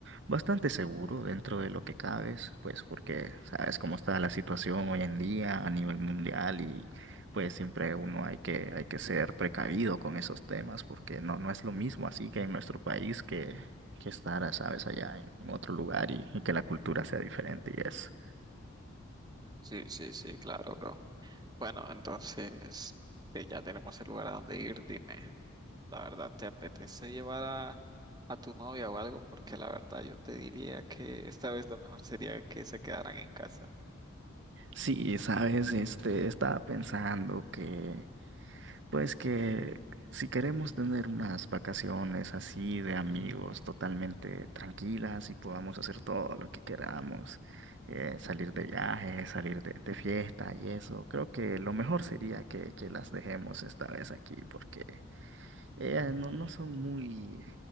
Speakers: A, on the right; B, on the right.
A: bastante seguro dentro de lo que cabes, pues porque sabes cómo está la situación hoy en día a nivel mundial y pues siempre uno hay que, hay que ser precavido con esos temas porque no, no es lo mismo así que en nuestro país que, que estar, sabes, allá en, en otro lugar y, y que la cultura sea diferente y eso.
B: Sí, sí, sí, claro, bro. Bueno, entonces que ya tenemos el lugar a donde ir, dime, la verdad, ¿te apetece llevar a, a tu novia o algo? Porque la verdad yo te diría que esta vez lo mejor sería que se quedaran en casa.
A: Sí, sabes, este, estaba pensando que Pues que si queremos tener unas vacaciones así de amigos totalmente tranquilas y podamos hacer todo lo que queramos, eh, salir de viaje, salir de, de fiesta y eso, creo que lo mejor sería que, que las dejemos esta vez aquí porque ellas no, no son muy,